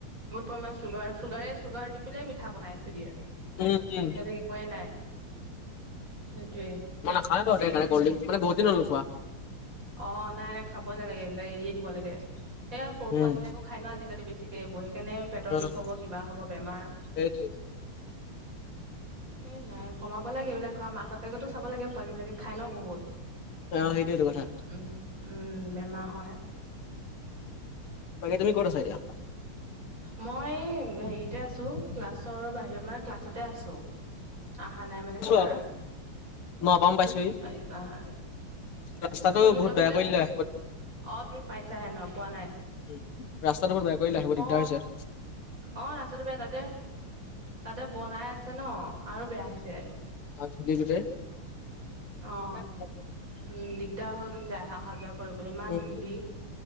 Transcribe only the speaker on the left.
উম উম
মই নাখাওঁয়ে বাৰু কলল্ড্ৰিং বহুদিন হল নোখোৱা।
উম
অ'
সেইটোৱে
অঁ, সেইটোয়েটো কথা।
বাকী তুমি কত আছা এতিয়া?
আছো
আৰু মই অপাম পাইছোহি
ৰাস্তাটো
বহুত
বেয়া কৰি
দিলে
আহিব
উম ৰাস্তাটো বৰ বেয়া কৰিলে, আহিব দিগদাৰ
হৈছে।
অঁ ভিতৰি ভিতৰি
<inaudible>
উম